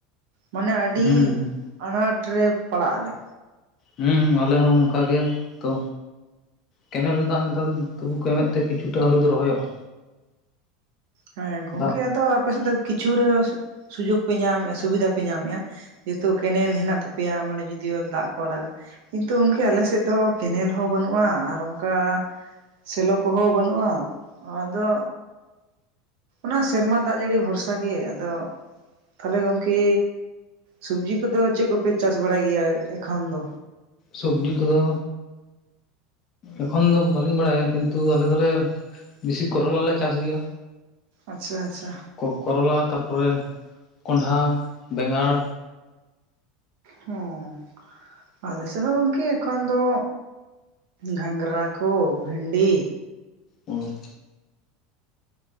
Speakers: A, on the right; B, on the left.
A: ᱢᱟᱱᱮ ᱟᱹᱰᱤ
B: ᱦᱩᱸ
A: ᱟᱱᱟᱴ ᱨᱮ ᱯᱟᱲᱟᱜ ᱟᱞᱮ
B: ᱦᱳᱸ ᱟᱞᱮ ᱦᱚᱸ ᱚᱱᱠᱟ ᱜᱮ ᱛᱚ ᱠᱮᱱᱮᱞ ᱫᱟᱜ ᱱᱮᱛᱚᱱ ᱛᱳᱵᱩ ᱠᱚ ᱮᱢᱮᱫ ᱛᱮ ᱠᱤᱪᱷᱩᱴᱟ ᱟᱞᱩ ᱫᱚ ᱨᱚᱦᱚᱭᱚᱜᱼᱟ᱾
A: ᱦᱮᱸ ᱜᱚᱝᱠᱮ
B: ᱫᱟᱜ
A: ᱟᱫᱚ ᱟᱯᱮ ᱥᱮᱫ ᱫᱚ ᱠᱤᱪᱷᱩᱨᱮ ᱥᱩᱡᱳᱜ ᱯᱮ ᱧᱟᱢᱮᱫᱼᱟ ᱥᱩᱵᱤᱫᱷᱟ ᱯᱮ ᱧᱟᱢᱮᱜᱼᱟ᱾ ᱡᱚᱛᱚ ᱠᱮᱱᱮᱞ ᱦᱮᱱᱟᱜ ᱛᱟᱯᱮᱭᱟ ᱢᱟᱱᱮ ᱡᱩᱫᱤᱭᱳ ᱫᱟᱜ ᱠᱚ ᱟᱲᱟᱜ-ᱟ᱾ ᱠᱤᱱᱛᱩ ᱜᱚᱢᱠᱮ ᱟᱞᱮ ᱥᱮᱫ ᱫᱚ ᱠᱮᱱᱮᱞ ᱦᱚᱸ ᱵᱟᱹᱱᱩᱜᱼᱟ ᱟᱨ ᱚᱱᱠᱟ ᱥᱮᱞᱳ ᱠᱚᱦᱚᱸ ᱵᱟᱹᱱᱩᱜᱼᱟ, ᱟᱫᱚ ᱚᱱᱟ ᱥᱮᱨᱢᱟ ᱫᱟᱜ ᱡᱟᱹᱲᱤ ᱵᱷᱚᱨᱥᱟ ᱜᱮ, ᱟᱫᱚ ᱛᱟᱦᱚᱞᱮ ᱜᱚᱝᱠᱮ ᱥᱚᱵᱡᱤ ᱠᱚᱫᱚ ᱪᱮᱫ ᱠᱚᱯᱮ ᱪᱟᱥ ᱵᱟᱲᱟᱭ ᱜᱮᱭᱟ ᱮᱠᱷᱚᱱ ᱫᱚ?
B: ᱥᱚᱵᱽᱡᱤ ᱠᱚᱫᱚ ᱮᱠᱷᱚᱱ ᱫᱚ ᱵᱟᱹᱞᱤᱧ ᱵᱟᱲᱟᱭᱟ ᱠᱤᱱᱛᱩ ᱟᱞᱮ ᱫᱚᱞᱮ ᱵᱮᱥᱤ ᱠᱚᱨᱚᱞᱟ ᱞᱮ ᱪᱟᱥ ᱜᱮᱭᱟ᱾
A: ᱟᱪᱪᱷᱟ ᱪᱷᱟ᱾
B: ᱠᱚ ᱠᱚᱨᱚᱞᱟ ᱛᱟᱨᱯᱚᱨᱮ ᱠᱚᱸᱰᱷᱟ, ᱵᱮᱸᱜᱟᱲ
A: ᱦᱩᱸ ᱟᱞᱮ ᱥᱮᱫ ᱦᱚᱸ ᱜᱚᱝᱠᱮ ᱮᱠᱷᱚᱱ ᱫᱚ ᱜᱷᱟᱸᱜᱨᱟ ᱠᱚ ᱵᱷᱤᱱᱰᱤ
B: ᱚ᱾